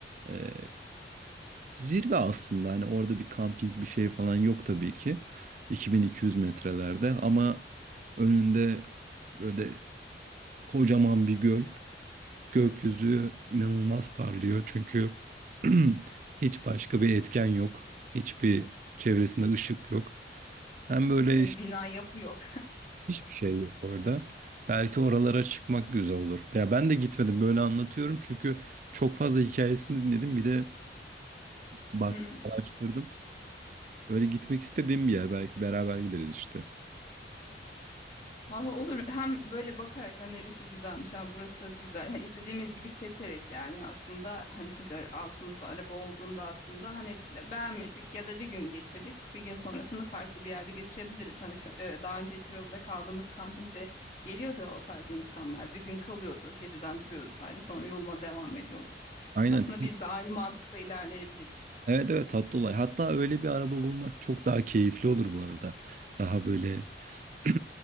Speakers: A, on the right (about 45°); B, on the left (about 45°).
A: e, zirve aslında hani orada bir kamping bir şey falan yok tabii ki 2200 metrelerde ama önünde böyle kocaman bir göl gökyüzü inanılmaz parlıyor çünkü <clears throat> hiç başka bir etken yok hiçbir çevresinde ışık yok hem böyle
B: E, Bina yapı yok.
A: Hiçbir şey yok orada. Belki oralara çıkmak güzel olur. Ya ben de gitmedim böyle anlatıyorum çünkü çok fazla hikayesini dinledim. Bir de baktım,
B: <laughs>
A: araştırdım. Böyle gitmek istediğim bir yer. Belki beraber gideriz işte.
B: Valla olur. Hem böyle bakarak hani neresi güzelmiş, ha burası güzel. Hani istediğimiz gibi seçerek yani aslında hani çünkü altımızda araba olduğunda aslında hani be- beğenmedik ya da bir gün geçirdik. Bir gün sonrasını farklı bir yerde geçirebiliriz. Hani şu e, daha önce Tiralı'da kaldığımız kampingde geliyordu o tarz insanlar. Bir gün kalıyordu, geceden duruyordu sadece sonra yoluna devam ediyordu.
A: Aynen.
B: Aslında biz de aynı mantıkla ilerleyebiliriz.
A: Evet evet tatlı olay. Hatta öyle bir araba bulmak çok daha keyifli olur bu arada. Daha böyle <clears throat>